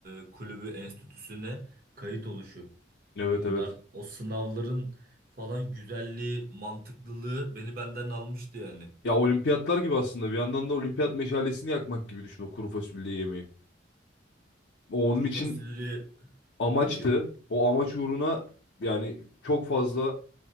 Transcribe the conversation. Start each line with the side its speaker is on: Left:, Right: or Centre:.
Right: e, Kulübü Enstitüsü'ne kayıt oluşu.
Left: Evet
Right: Onlar
Left: evet.
Right: o sınavların falan güzelliği, mantıklılığı beni benden almıştı yani.
Left: Ya olimpiyatlar gibi aslında bir yandan da olimpiyat meşalesini yakmak gibi düşün o kuru fasulye yemeği. O onun
Right: Kuru
Left: için
Right: fasulye...
Left: amaçtı.
Right: Ha, buyur.
Left: O amaç uğruna yani çok fazla